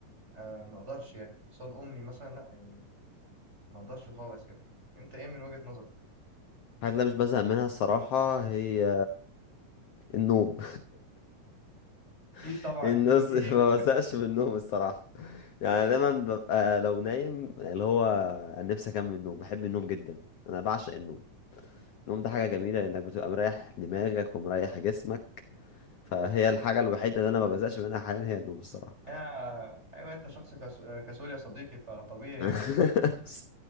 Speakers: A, on the right; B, on the left.
A: آه ما اقدرش يعني صاد امي مثلا لا يعني ما اقدرش خالص يعني انت ايه من وجهة نظرك
B: الحاجة اللي أنا مش بزهق منها الصراحة هي النوم
A: اكيد
B: <laughs>
A: طبعا
B: الناس
A: اكيد <laughs>
B: ما بزهقش من النوم الصراحة يعني أنا دايما ببقى لو نايم اللي هو انا نفسي اكمل النوم بحب النوم جدا انا بعشق النوم النوم ده حاجة جميلة لانك بتبقى مريح دماغك ومريح جسمك فهي الحاجة الوحيدة اللي انا ما بزهقش منها حاليا هي النوم الصراحة
A: آه ايوه انت شخص كس- كسول يا صديقي فطبيعي
B: <laughs>
A: يعني